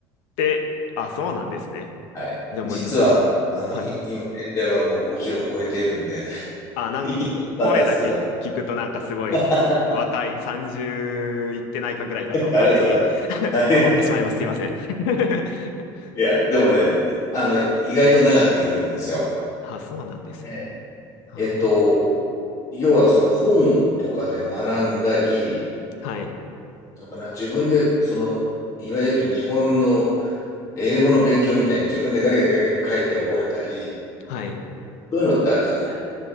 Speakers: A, on the left; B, on the left.
A: で、あ、そうなんですね。
B: はい。
A: じゃあもうず、
B: 実はあの、あの、
A: はい。
B: い今年齢はもう50を超えているんで、
A: あ、
B: <laughs>
A: なん、
B: いいおっさんなんですけど。
A: 声だけ聞くとなんかすごい若い、
B: <laughs>
A: 30いってないかぐらいかと勝手に
B: ありがとうございます。
A: <laughs>
B: ありがとうございます。
A: 思ってしまいます。すいません。<laughs>
B: いや、でもね、あの、意外と長くいるんですよ。
A: あ、そうなんですね。
B: ええ
A: あー、
B: えっと、要はその本とかで学んだり、
A: はい。
B: のかな、自分で、その、いわゆる日本の英語の勉強みたいに自分でガリガリガリガリ書いて覚えたり、
A: はい。
B: そういうのってあるじゃない。